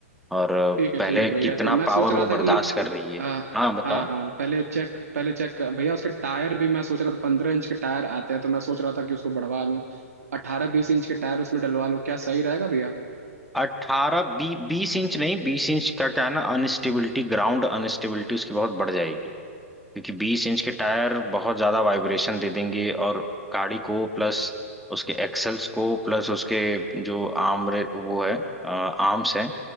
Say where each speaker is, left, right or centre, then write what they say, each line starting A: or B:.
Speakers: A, in the centre; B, on the right.
A: और
B: ठीक है
A: पहले
B: ठीक है भैया
A: कितना
B: तो मैं
A: पावर
B: सोच रहा
A: वो बर्दाश्त
B: था कि
A: कर रही है
B: अ,
A: हाँ बताओ
B: हाँ हाँ पहले चेक पहले चेक भैया उसके टायर भी मैं सोच रहा था पंद्रह इंच के टायर आते हैं तो मैं सोच रहा था कि उसको बढ़वा लूँ अठारह बीस इंच के टायर उसमें डलवा लूँ क्या सही रहेगा भैया
A: अट्ठारह बी बीस इंच नहीं बीस इंच का क्या है ना अनस्टेबिलिटी ग्राउंड अनस्टेबिलिटी उसकी बहुत बढ़ जाएगी क्योंकि बीस इंच के टायर बहुत ज्यादा वाइब्रेशन दे देंगे और गाड़ी को प्लस उसके एक्सल्स को प्लस उसके जो आर्म रे- वो है आर्म्स है